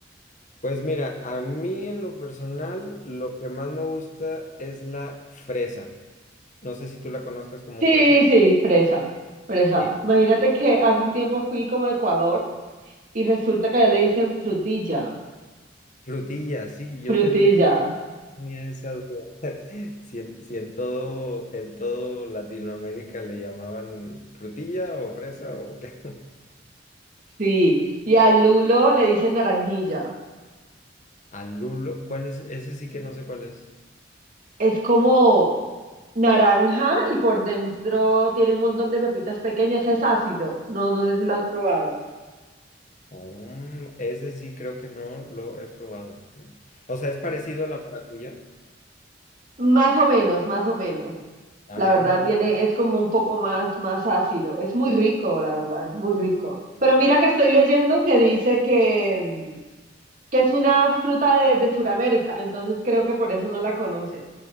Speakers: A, on the left (about 45°); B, on the right (about 45°).
A: Pues mira, a mí en lo personal lo que más me gusta es la fresa. No sé si tú la conozcas como
B: Sí,
A: fresa.
B: sí, fresa, fresa.
A: Sí,
B: Imagínate que hace un tiempo fui como a Ecuador y resulta que allá le dicen frutilla,
A: frutilla, sí, yo
B: frutilla,
A: tenía Tenía esa duda. <laughs> Si en, si en todo, en todo Latinoamérica le llamaban frutilla o fresa o qué.
B: sí, y al lulo le dicen naranjilla.
A: <laughs> Al lulo ¿cuál es? Ese sí que no sé cuál es.
B: Es como, naranja y por dentro tiene un montón de pepitas pequeñas. Es ácido. No, no sé si lo has probado.
A: Mm, ese sí creo que no lo he probado. Mm. O sea, es parecido a la maracuyá.
B: Más o menos, más o menos.
A: Ah,
B: La verdad tiene, es como un poco más, más ácido. Es muy rico, la verdad, es muy rico. Pero mira que estoy leyendo que dice que, mm, que es una fruta de, de Sudamérica, entonces creo que por eso no la conoces.